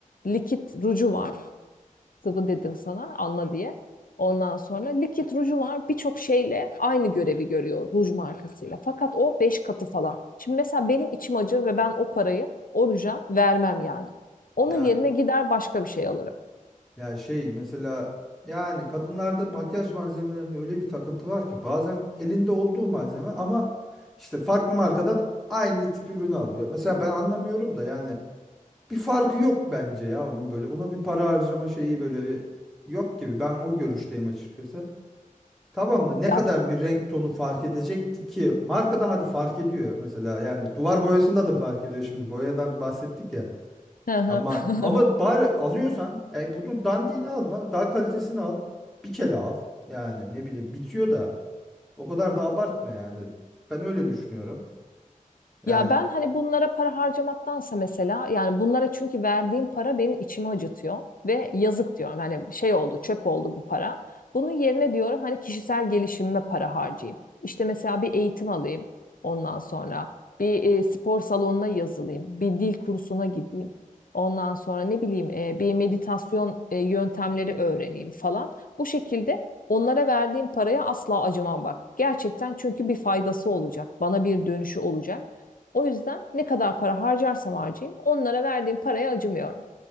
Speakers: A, on the left; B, in the centre.
A: likit ruju var sıvı dedim sana anla diye. Ondan sonra likit ruju var birçok şeyle aynı görevi görüyor ruj markasıyla. Fakat o 5 katı falan. Şimdi mesela benim içim acır ve ben o parayı o ruja vermem yani. Onun
B: Ya
A: yerine gider başka bir şey alırım.
B: ya şey mesela yani kadınlarda makyaj malzemelerinde öyle bir takıntı var ki bazen elinde olduğu malzeme ama işte farklı markadan aynı tip ürünü alıyor. Mesela ben anlamıyorum da yani bir farkı yok bence ya onun böyle ona bir para harcama şeyi böyle bir yok gibi ben o görüşteyim açıkçası. Tamam da ne
A: Ya.
B: kadar bir renk tonu fark edecekti ki? Markada hadi fark ediyor mesela. Yani duvar boyasında da fark ediyor şimdi. Boyadan bahsettik ya.
A: Hı hı.
B: Ama
A: <laughs>
B: ama bari alıyorsan e, bunu dandiğini alma. Daha kalitesini al. Bir kere al. Yani ne bileyim bitiyor da o kadar da abartma yani. Ben öyle düşünüyorum. Yani
A: Ya ben hani bunlara para harcamaktansa mesela yani bunlara çünkü verdiğim para benim içimi acıtıyor ve yazık diyorum. Hani şey oldu, çöp oldu bu para. Bunun yerine diyorum hani kişisel gelişimime para harcayayım. İşte mesela bir eğitim alayım ondan sonra bir e, spor salonuna yazılayım, bir dil kursuna gideyim. Ondan sonra ne bileyim e, bir meditasyon e, yöntemleri öğreneyim falan. Bu şekilde Onlara verdiğim paraya asla acımam bak. Gerçekten çünkü bir faydası olacak. Bana bir dönüşü olacak. O yüzden ne kadar para harcarsam harcayayım onlara verdiğim paraya acımıyorum.